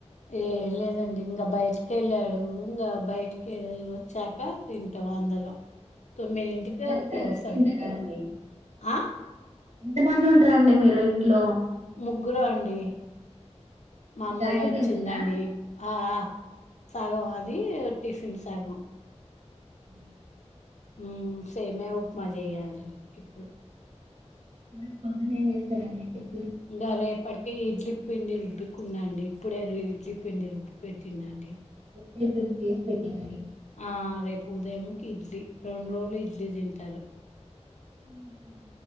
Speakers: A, on the left; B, on the right.
A: ఏ లేదండి ఇంగ. బ్ బయటకి వెళ్ళాడు ఇంగా బయటికి కే లి వచ్చాకా తింటాం అందరం <inaudible> తొమ్మిదింటికి
B: అందరు
A: అట్లవస్తాడు
B: కలిసి తింటారా అండి
A: ఆ
B: ఎంత మంది ఉంటరండి మీరు ఇంట్లో
A: ముగ్గురం అండి మా అమ్మాయి
B: కలిసి
A: వచ్చిందండి
B: తింటారా
A: ఆ సగం అది టిఫన్ సగం
B: ఉ
A: ఉ సేమయ ఉప్మా చేయాలి ఇప్పడు
B: మరి పొద్దునే ఏం చేస్తారు అండీ టి
A: ఇంగా రేపటికీ ఇడ్లి పిండి రు రుబ్బకున్నాండి ఇప్పుడే ఇడ్లీ పిండి రుబ్బి పెట్టిన అండి
B: ప్ర పె <unintelligible>
A: ఆ రేప ఉదయంకి ఇడ్లీ రెండు రోజులు ఇడ్లీ తింటారు
B: ఉహు